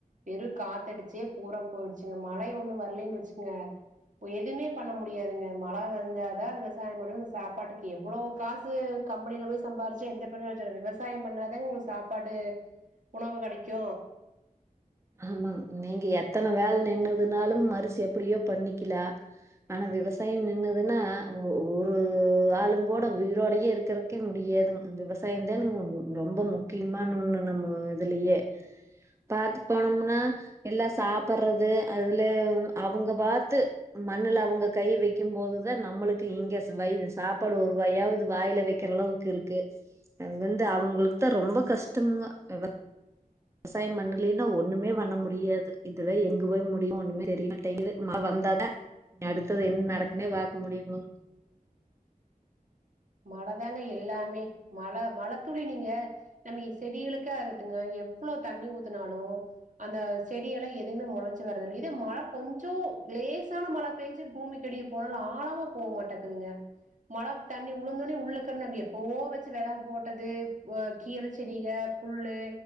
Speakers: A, on the right; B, on the right.
A: வெறு காத்தடிச்சி பூரா போயிடுச்சுங்க மழை ஒண்ணு வரலன்னு வச்சுக்கிங்க எதுவுமே பண்ண முடியாதுங்க மழ வந்தாதா விவசாயோ பண்ணி சாப்பாட்டுக்கு எவ்ளோ காஸ் க்கு கம்பெனியில போய் சம்பாாரிச்சு எந்த பிரோஜனமு இல்ல விவசாயோ பண்ணாதா எங்களுக்கு சாப்பாடு உணவு கெடைக்கு
B: ஆமா நீங்க எத்தன வேல நின்னதுனாலு அரிசி எப்டியோ பண்ணிக்கிலா ஆனா விவசாயோ நின்னதுன்னா ஒரு ஆளுங்கூட உயிரோடையே இருக்கற கக்க முடியாதுங்க இந்த விவசாயோ தான்ங்க ரொம்ப முக்கியமான ஒண்ணு நம்ம இதுலியே பாத்து போனோம்னா எல்லா சாப்பிறது அதுல அவுங்க பாத்து மண்ணுல அவுங்க கை வைக்கு போதுதான் நம்மளுக்கு இங்க வயிறு சாப்பாடு ஒரு வாயாவுது வாயில வைக்கிற அளவு இருக்கு இருக்கு அங்க வந்து அவுங்களுக்கு தா ரொம்ப கஷ்டம்கோ விவ விவசாயோ பண்ணலன்னா ஒண்ணுமே பண்ண முடியாது இதுல எங்க போய் முடியு ஒண்ணுமே தெரியமாட்டங்குது மழ வந்தாதா அடுத்தது என்ன நடக்குனே பாக்க முடியும்ங்
A: மழதாங்க எல்லாமே மழ மழ துளி நீங்க நம்ம செடிகளுக்கு ஆகட்டுங்க எவ்ளோ தண்ணி ஊத்தினாலு அந்த செடியெல்லா எதுவுமே முளைச்சு வரது இல்ல இது மழ கொஞ்சோ லேசான மழ பேஞ்ச பூமி கடிய போனாலு ஆழமா போக மாட்டேக்குதுங்க மழ தண்ணி உழுந்தோனே உள்ளக்க நம்ப எப்போவோ வச்சு வெத போட்டது கீர செடிக புல்லு